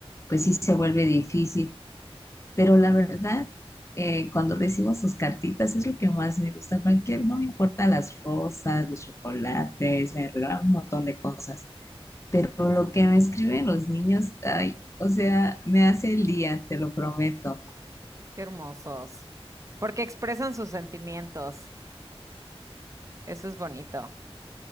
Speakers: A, on the left; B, on the right.
A: pues sí se vuelve difícil. Pero la verdad, eh, cuando recibo sus cartitas es lo que más me gusta. Cualquier, no me importa las rosas, los chocolates, me regalan un montón de cosas. Pero lo que me escriben los niños, ay, o sea, me hace el día, te lo prometo.
B: qué hermosos. Porque expresan sus sentimientos, eso es bonito.